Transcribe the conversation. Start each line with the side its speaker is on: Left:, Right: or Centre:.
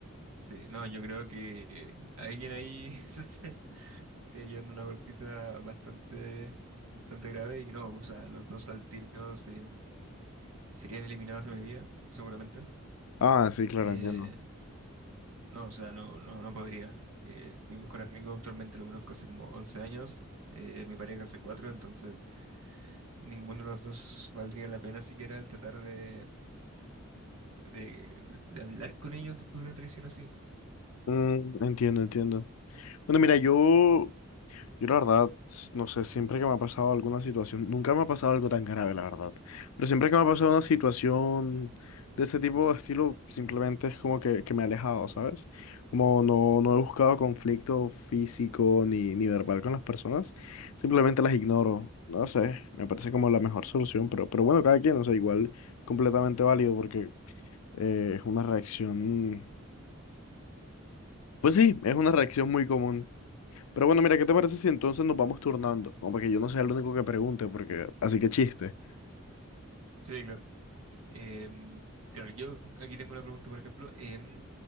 Right: sí, no, yo creo que alguien ahí <laughs> se está, se está llevando una golpiza bastante, bastante grave y no, o sea, los dos al tiro se, serían eliminados de mi vida, seguramente.
Left: Ah, sí, claro,
Right: Eh,
Left: entiendo.
Right: no, o sea, no, no, no podría. Eh, mi mejor amigo actualmente lo conozco hace como 11 años, eh, mi pareja hace 4, entonces... Ninguno de los dos valdría la pena siquiera el tratar de, de- de hablar con ellos después de una traición así.
Left: Mm, entiendo, entiendo. Bueno, mira, yo Yo la verdad, s- no sé, siempre que me ha pasado alguna situación, nunca me ha pasado algo tan grave, la verdad, pero siempre que me ha pasado una situación de ese tipo de estilo, simplemente es como que, que me he alejado, ¿sabes? Como no, no he buscado conflicto físico ni, ni verbal con las personas, simplemente las ignoro, no sé, me parece como la mejor solución, pero, pero bueno, cada quien, o sea, igual completamente válido porque eh, es una reacción, pues sí, es una reacción muy común. Pero bueno, mira, ¿qué te parece si entonces nos vamos turnando? Como para que yo no sea el único que pregunte, porque así que chiste.
Right: Sí, claro. Em, claro, yo aquí tengo una pregunta, por ejemplo. em,